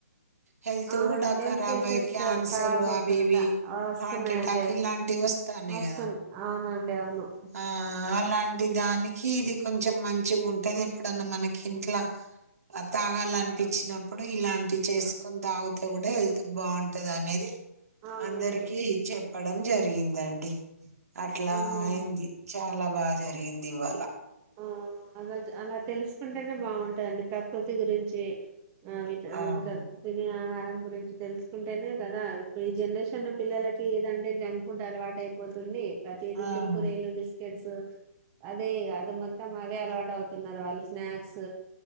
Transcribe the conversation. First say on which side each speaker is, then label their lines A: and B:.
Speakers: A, on the right (about 75°); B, on the right (about 25°).
A: హెల్త్
B: అవును
A: కూడా
B: హెల్త్
A: ఖరాబ్
B: ఇష్యూస్
A: అయి క్యాన్సర్
B: కాబోతున్నా
A: అవి ఇవి
B: వస్తున్నాయండి
A: హార్ట్ అటాక్ ఇలాంటివి వస్తాన్నాయి
B: వస్తు
A: కదా
B: అవునండి అవును
A: ఆ అలాంటి దానికి ఇది కొంచెం మం మంచిగా ఉంటది ఎప్పుడన్నా మనకి ఇంట్లో తాగాలనిపించినప్పుడు ఇలాంటి చేసుకొని తాగితే కూడా హెల్త్ బాగుంటది అనేది
B: అవునండి
A: అందరికి ఇచ్చాం చెప్పడం జరిగిందండి అట్లా
B: అవునండి
A: అయింది చాలా బాగా జరిగింది ఇవాళ
B: ఆ అలా అలా తెలుసుకుంటేనే బాగుంటదండి ప్రకృతి గురించి ఆ వింటా
A: అవును
B: ఇంకా తినే ఆహ గురించి తెలుసుకుంటేనే కదా ఇప్పుడు ఈ జనరేషన్ పిల్లలకి ఏదంటే జంక్ ఫుడ్ అలవాటు అయిపోతుంది పతిథి
A: అవును
B: కుర్కురేలు తెలుసు ఆ అదే అది మొత్తం అవే అలవాటు అవుతున్నారు వాళ్ళు స్నాక్స్